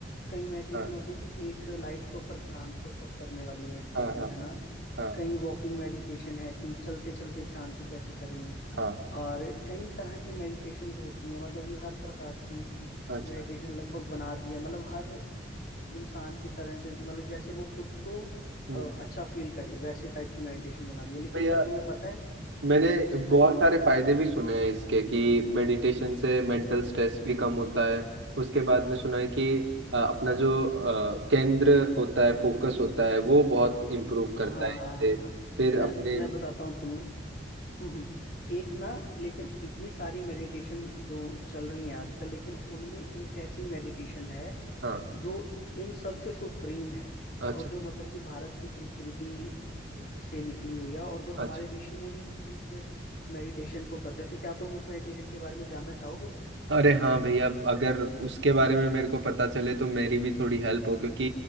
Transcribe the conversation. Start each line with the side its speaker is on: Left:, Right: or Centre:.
Left: कई मेडिटेशन
Right: हाँ
Left: होती है कि एक लाइट के ऊपर ध्यान फोकस करने वाली मेडिटेशन
Right: हाँ हाँ
Left: है ना
Right: हाँ
Left: कई वॉकिंग मेडिटेशन है कि चलते चलते ध्यान को कैसे करें
Right: हाँ
Left: और कई तरह की मेडिटेशन होती हैं मतलब ये हर प्रकार की
Right: अच्छा
Left: मेडिटेशन लगभग बना दी है मतलब हर इंसान की तरह से मतलब जैसे वो खुद को
Right: हम्म।
Left: अ, अच्छा फील करे वैसे टाइप की मेडिटेशन बना दी है लेकिन
Right: भैया
Left: क्या तुम्हें पता है
Right: मैंने
Left: कि
Right: बहुत
Left: हाँ जी
Right: सारे फायदे भी सुने हैं इसके कि मेडिटेशन से मेंटल स्ट्रेस भी कम होता है उसके बाद में सुना है कि अ, अपना जो अ, केंद्र होता है फोकस होता है वो बहुत इम्प्रूव करता
Left: हाँ
Right: है इससे
Left: हाँ हाँ हाँ
Right: फिर
Left: मैं
Right: अपने
Left: मैं बताता हूँ तुम्हें हम्म हम्म। एक ना लेकिन इतनी सारी मेडिटेशन जो चल रही हैं आजकल लेकिन उनमें एक ऐसी मेडिटेशन है
Right: हाँ
Left: जो इन सब से सुप्रीम है
Right: अच्छा
Left: और जो मतलब कि भारत की संस्कृति से निकली हुई है और जो हमारे
Right: अच्छा
Left: ऋषि मुनि भी जिस मेडिटेशन को करते थे क्या तुम उस मेडिटेशन के बारे में जानना चाहोगे
Right: अरे हाँ भैया अगर उसके बारे में मेरे को पता चले तो मेरी भी थोड़ी हेल्प हो क्योंकि